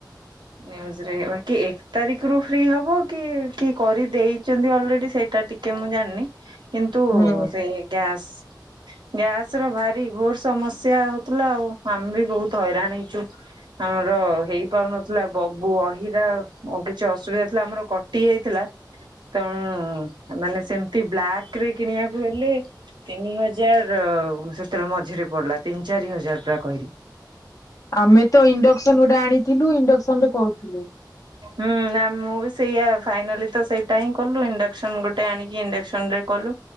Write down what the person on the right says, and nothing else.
ନିୟୁଜରେ ବାକି ଏକ ତାରିଖ ରୁ ଫ୍ରି ହବ କି କି କରିଦେଇଛନ୍ତି ଅଲରେଡି ସେ ସେଟା ଟିକେ ମୁଁ ଜାଣିନି କିନ୍ତୁ
ସେ ଗ୍ୟାସ୍
ଗ୍ୟାସ ର ଭାରି ଘୋର ସମସ୍ୟା ହଉଥିଲା ଆଉ ଆମେ ବି ବୋହୁତ ହଇରାଣ ହେଇଚୁ। ଆମର ହେଇପାରୁନ ଥିଲା ବ ବହିରା କିଛି ଅସୁବିଧା ଥିଲା ଆମର କଟି ଯାଇଥିଲା <unintelligible> ତ ମାନେ ସେମିତି ବ୍ଲାକ ରେ କିଣିବାକୁ ହେଲେ ତିନି ହଜାର ସେତେବେଳେ ମଝିରେ ପଡିଲା ତିନି ଚାରି ହଜାର ପୁରା କହିଲେ
ହୁଁ ନା ମୁଁ ବି ସେଇଆ ଫାଇନାଲି ତ ସେଇଟା ହିଁ କଲୁ ଇଣ୍ଡକ୍ସନ ଗୋଟେ ଆଣିକି ଇଣ୍ଡକ୍ସନ ରେ କଲୁ